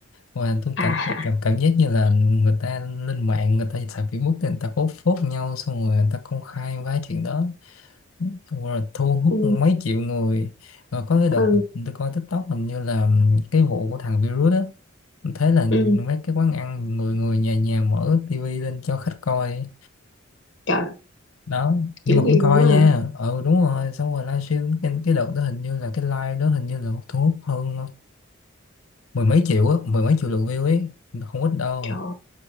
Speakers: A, on the left; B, on the left.
A: và tôi
B: à
A: cảm, cảm cảm giác như là người ta lên mạng người ta xài Facebook thì người ta post phốt nhau xong rồi người ta công khai quá chuyện đó Đúng rồi, thu hút
B: ừ
A: mấy triệu người và có cái đợt
B: ừ
A: mình tôi coi TikTok hình như là cái vụ của thằng virus đó Mình thấy là
B: ừ
A: mấy cái quán ăn người người nhà nhà mở tivi lên cho khách coi
B: trời
A: đó nhưng
B: dữ
A: mà cũng
B: vậy
A: coi
B: luôn á
A: nha
B: hả?
A: ừ đúng rồi xong rồi livestream cái, cái đợt đó hình như là cái live đó hình như là thu hút hơn mười mấy triệu á mười mấy triệu lượt view ấy không ít đâu
B: trời